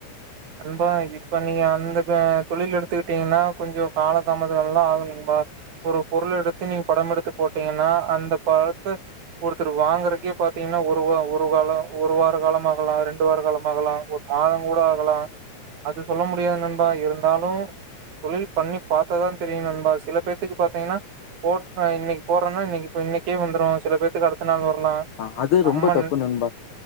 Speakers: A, on the right (about 80°); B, on the left (about 75°).
A: நன்பா இப்ப நீங்க அந்த அ தொழில் எடுத்துக்கிட்டீங்கன்னா கொஞ்சோ கால தாமதோ எல்லா ஆகு நண்பா ஒரு பொருள் எடுத்து நீங்க படம் எடுத்து போட்டீங்கன்னா அந்த படத்த ஒருத்தர் வாங்குறக்கே பாத்தீங்கன்னா ஒரு ஒரு காலம் ஒரு வார காலம் ஆகலா ரெண்டு வார காலமாகலா ஒரு மாதோ கூட ஆகலா அது சொல்ல முடியாது நண்பா இருந்தாலு தொழில் பண்ணி பாத்தாதா தெரியு நண்பா சில பேத்துக்கு பாத்தீங்கன்னா போட் இன்னைக்கு போட்றேன்னா இன்னைக்கு இ இன்னைக்கே வந்துரு சில பேத்துக்கு அடுத்த நாள் வரலா
B: ஆ அது
A: நம்ம
B: ரொம்ப தப்பு நண்பா